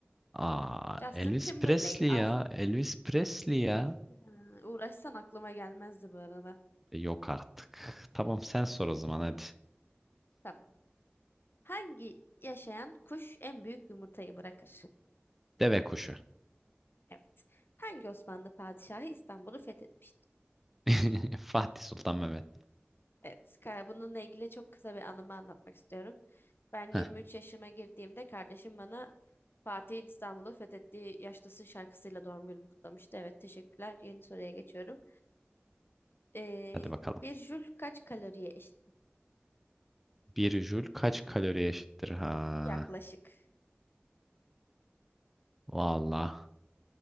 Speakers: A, in the centre; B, on the left.
A: Aa,
B: Justin
A: Elvis
B: Timberlake
A: Presley
B: al.
A: ya. Elvis Presley ya.
B: Ha, uğraşsan aklıma gelmezdi bu arada.
A: E, Yok artık. Tamam sen sor o zaman hadi.
B: Tamam. Hangi yaşayan kuş en büyük yumurtayı bırakır?
A: Deve kuşu.
B: Evet. Hangi Osmanlı padişahı İstanbul'u fethetmiştir?
A: <laughs> Fatih Sultan Mehmet.
B: Evet, ka- bununla ilgili çok kısa bir anımı anlatmak istiyorum. Ben 23
A: Heh,
B: yaşıma girdiğimde kardeşim bana Fatih'in İstanbul'u fethettiği yaştasın şarkısıyla doğum günümü kutlamıştı. Evet, teşekkürler. Yeni soruya geçiyorum. Ee,
A: hadi bakalım.
B: bir jül kaç kaloriye eşit?
A: Bir jül kaç kalori eşittir? Ha.
B: Yaklaşık
A: Valla.